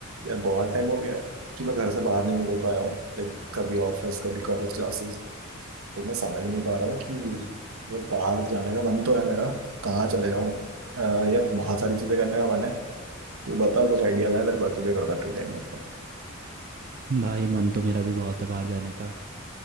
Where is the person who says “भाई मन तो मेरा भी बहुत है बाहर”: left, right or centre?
Right